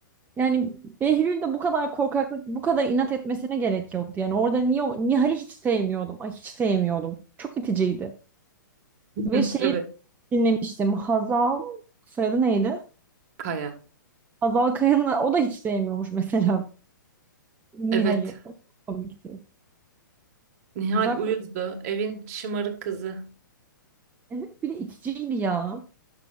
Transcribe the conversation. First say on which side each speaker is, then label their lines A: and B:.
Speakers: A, on the right (about 15°); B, on the right (about 50°).
A: Yani Behlül de bu kadar korkaklık, bu kadar inat etmesine gerek yoktu. Yani orada niye Nihal'i hiç sevmiyordum. Ay hiç sevmiyordum. Çok iticiydi.
B: <laughs>
A: Ve şeyi
B: Evet.
A: dinlemiştim. Hazal soyadı neydi?
B: Kaya.
A: Hazal Kaya'nın o da hiç sevmiyormuş mesela <laughs> Nihal'i.
B: Evet.
A: Çok Komikti.
B: Nihal
A: Uzak
B: uyuzdu. Evin şımarık kızı.
A: Evet bir de iticiydi ya.